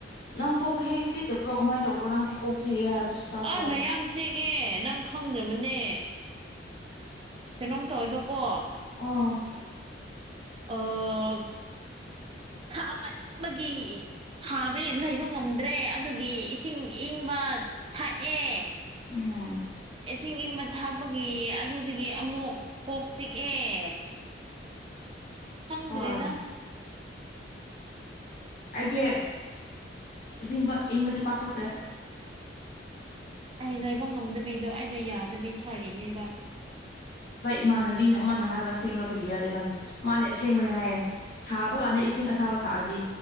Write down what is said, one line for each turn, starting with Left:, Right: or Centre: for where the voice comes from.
Left: ꯅꯪ ꯀꯣꯛꯈꯦꯛ ꯆꯤꯛꯇꯕ꯭ꯔꯣ ꯀꯃꯥꯏꯅ ꯇꯧꯕ꯭ꯔꯣ ꯅꯪꯗꯤ ꯀꯣꯛ ꯆꯤꯛꯑꯦ ꯍꯥꯏꯕꯁꯨ ꯁꯨꯇꯥ
Right: ꯑ
Left: ꯇꯥꯗꯦ
Right: ꯃꯌꯥꯝ ꯆꯤꯛꯑꯦ ꯅꯪ ꯈꯪꯗꯕꯅꯦ ꯀꯩꯅꯣꯝ ꯇꯧꯑꯦꯕꯀꯣ
Left: ꯑꯣ
Right: ꯑꯥ ꯁꯥꯃꯟꯕꯒꯤ ꯁꯥ ꯂꯩꯕ ꯉꯝꯗ꯭ꯔꯦ ꯑꯗꯨꯒꯤ ꯏꯁꯤꯡ ꯏꯪꯕ ꯊꯥꯛꯑꯦ
Left: ꯎꯝ
Right: ꯏꯁꯤꯡ ꯏꯪꯕ ꯊꯥꯛꯄꯒꯤ ꯑꯗꯨꯗꯒꯤ ꯑꯃꯨꯛ ꯀꯣꯛ ꯆꯤꯛꯑꯦ ꯈꯪꯗ꯭ꯔꯤꯗ
Left: ꯍꯣꯏ ꯑꯩꯒꯤ ꯏꯁꯤꯡ ꯏꯪꯕꯗꯤ ꯄꯥꯛꯊꯛꯇꯦ
Right: ꯑꯩ ꯂꯩꯕ ꯉꯝꯗꯕꯤꯗꯣ ꯑꯩꯗꯣ ꯌꯥꯗꯕꯤ ꯐꯔꯤꯅꯦꯕ
Left: ꯚꯥꯏ ꯏꯃꯥꯟꯅꯕꯤꯅ ꯑꯃꯅ ꯍꯥꯏꯕ ꯑꯁꯦꯡꯕ ꯐꯩꯒꯤꯔꯗꯤ ꯈꯜꯗꯦ ꯃꯥꯗꯤ ꯑꯁꯦꯡꯕꯅꯦ ꯍꯥꯏꯌꯦ ꯁꯥꯕ ꯀꯥꯟꯗ ꯏꯁꯤꯡ ꯑꯁꯥꯕ ꯊꯥꯛꯑꯗꯤ